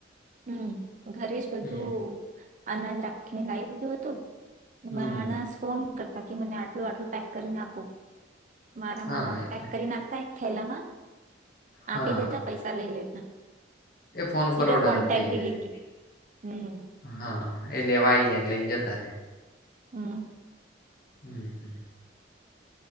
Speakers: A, on the right; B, on the left.
A: હમ ઘરે જ બધું
B: હમ
A: અનાજ રાખીને લાવી દીધું હતું. એમાં
B: હમ
A: અનાસ ફોન કરતા કે મને આટલું આટલું પેક કરીને આપો. મારા
B: હા
A: મામા
B: એટલે
A: પેક કરી નાખતા એક થેલામાં
B: હા
A: આપી દેતા પૈસા લઇ લેતા.
B: એ ફોન ઉપર
A: ઝીરો
B: ઓર્ડર
A: કોન્ટેક્ટ
B: જ થઈ
A: ડિલિવરી
B: જાય
A: હમ
B: હા એ લેવા આવી જાય, લઈ જાય તારે
A: હમ્મ.
B: <inaudible>